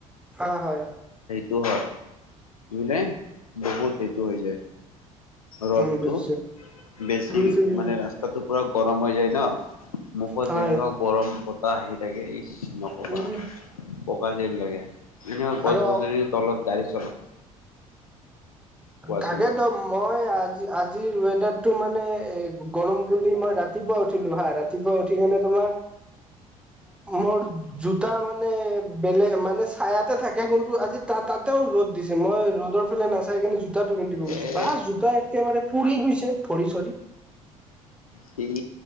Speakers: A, in the centre; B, on the left.
A: হয়, হয়।
B: টো হয়। <unintelligible> বহুত সেইটো হৈ যায়। ৰ'দটো
A: উম বুজিছো
B: বেছি,
A: বুজিছো বুজিছো
B: মানে ৰাস্তাটো পুৰা গৰম হৈ যায় ন। মুখত
A: হয়
B: যেনেকুৱা গৰম বতাহ আহি থাকে নকবা,
A: উম
B: ককা যেন লাগে। এনেও গছ-গছনি
A: আৰু
B: তলত গাড়ী চলা কোৱাচোন
A: তাকেটো মই আজি আজিৰ ৱেডাৰতটো মানে এ গৰম বুলি মই ৰাত ৰাতিপুৱা উঠিলো হা। ৰাতিপুৱা উঠি কিনে তোমাৰ মোৰ জোতা মানে বেলেগ মানে চায়াতে থাকে। কিন্তু আজি তাত তাতেও ৰ'দ দিছে। মই ৰ'দৰ ফালে নাচাই কিনে জোতাটো পিন্ধিব
B: এ
A: গৈছো। বাহ জোতা একেবাৰে পুৰি গৈছে ভৰি-চৰি।
B: সেই